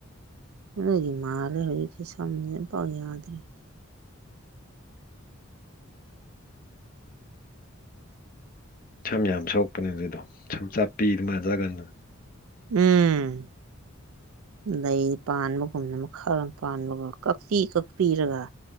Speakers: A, on the right; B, on the left.
A: ꯅꯣꯏꯒꯤ ꯃꯥꯜꯂꯦ ꯍꯧꯖꯤꯛꯀꯤ ꯁꯝꯖꯦ ꯑꯝꯄꯥꯎ ꯌꯥꯗ꯭꯭ꯔꯦ
B: ꯁꯝ ꯌꯥꯝ ꯁꯣꯛꯄꯅꯦ ꯑꯗꯨꯗꯣ ꯁꯝ ꯆꯞꯄꯤꯗꯣ <unintelligible>
A: ꯎꯝ ꯂꯩ ꯄꯥꯟꯕꯒꯨꯝꯅ ꯃꯈꯔ ꯄꯥꯟꯕꯒꯥ ꯀꯛꯄꯤ ꯀꯛꯄꯤꯔꯒꯥ